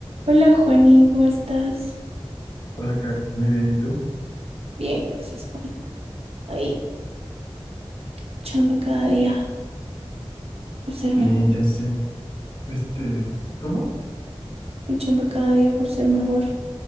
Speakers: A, on the right (about 75°); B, on the left (about 55°).
A: Hola Juani, ¿cómo estás?
B: Hola, Kat. Muy bien, ¿y tú?
A: Bien, gracias, Juan. Ahí. Luchando cada día por ser mejor,
B: Sí, ya sé. Este, ¿cómo?
A: luchando cada día por ser mejor.